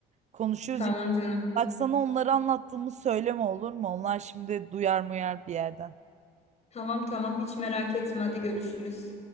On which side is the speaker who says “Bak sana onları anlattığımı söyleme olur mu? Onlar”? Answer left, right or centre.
Right